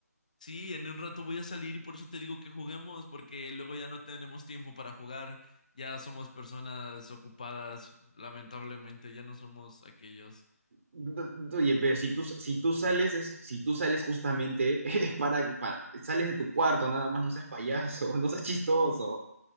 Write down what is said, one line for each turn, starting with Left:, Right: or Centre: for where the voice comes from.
Left: sí, en un rato voy a salir y por eso te digo que juguemos, porque luego ya no tenemos tiempo para jugar, ya somos personas ocupadas, lamentablemente, ya no somos aquellos.
Right: D- Oye, pero si tú, si tú sales, es, si tú sales justamente <laughs> para, para, sales de tu cuarto, nada más, no seas payaso, <laughs> no seas chistoso.